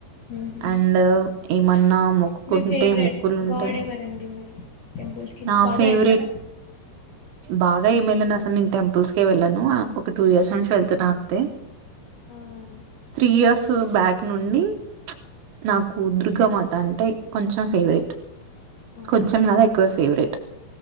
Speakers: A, on the left (about 60°); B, on the right (about 75°).
A: ఉహు
B: అండ్ ఏమన్నా మొక్కుకుంటే
A: మీ ఫేవరెట్
B: మొక్కులు ఉంటే
A: గాడ్ ఎవరండి మరి టెంపుల్స్ కి
B: నా
A: బాగా
B: ఫేవరెట్
A: వెళ్తారా
B: బాగా ఈ మేళ న నేను టెంపుల్స్కే వెళ్ను ఒక టూ ఇయర్స్ నుంచి వెళ్తను అంతే
A: అవునా అండి
B: త్రీ ఇయర్స్ బ్యాక్ నుండి నాకు దుర్గామాత అంటే కొంచెం ఫేవరెట్
A: అవునా
B: కొంచెం
A: అండి
B: కదా ఎక్కువే ఫేవరెట్